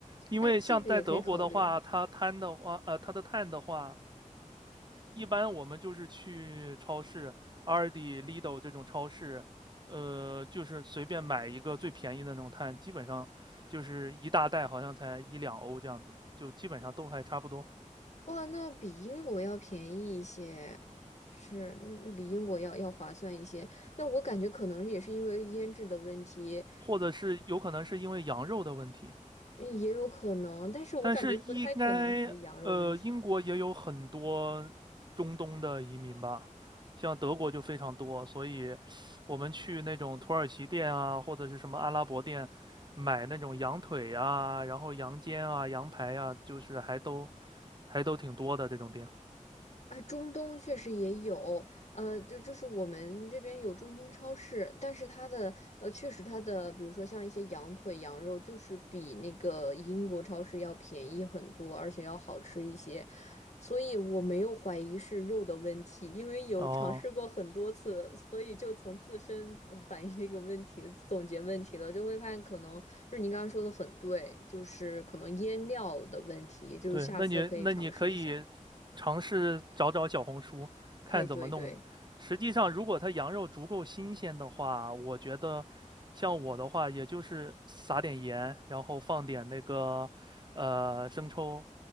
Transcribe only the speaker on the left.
哎，这个也可以考虑。
哇，那比英国要便宜一些，是，嗯比英国要要划算一些。那我感觉可能也是因为腌制的问题，
嗯也有可能，但是我感觉不太可能是羊肉问题。
哎，中东确实也有，呃，就就是我们这边有中东超市，但是它的呃，确实它的，比如说像一些羊腿、羊肉，就是比那个英国超市要便宜很多，而且要好吃一些，所以我没有怀疑是肉的问题，因为有尝试过很多次，
所以就从自身呃反映这个问题，总结问题了，就会发现可能就是您刚刚说的很对，就是可能腌料的问题，就是下次可以尝试一下。
哎，对对。